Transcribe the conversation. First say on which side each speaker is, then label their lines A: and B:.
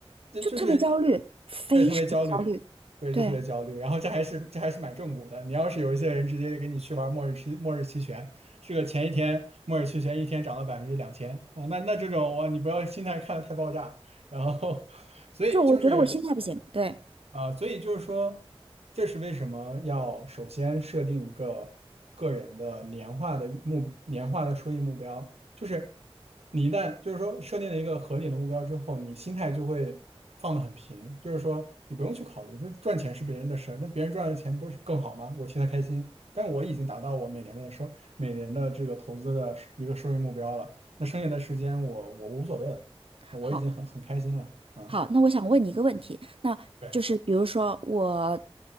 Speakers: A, on the right; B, on the right.
A: 这就是
B: 就特别焦虑，非常焦虑。
A: 也特别焦虑。对，
B: 对，
A: 就特别焦虑，然后这还是这还是买正股的。你要是有一些人直接给你去玩末日期末日期权，这个前一天末日期权一天涨了百分之两千啊，那那这种哇，你不要心态看的太爆炸，然后所以就是
B: 就我觉得我心态不行，对，
A: 啊，所以就是说，这是为什么要首先设定一个个人的年化的目年化的收益目标，就是你一旦就是说设定了一个合理的目标之后，你心态就会放得很平，就是说你不用去考虑说赚钱是别人的事儿，那别人赚的钱不是更好吗？我替他开心，但我已经达到我每年的收每年的这个投资的一个收益目标了，那剩下的时间我我无所谓了，我已经很很开心了啊。
B: 好，好，那我想问你一个问题，那就是比如说我
A: 对，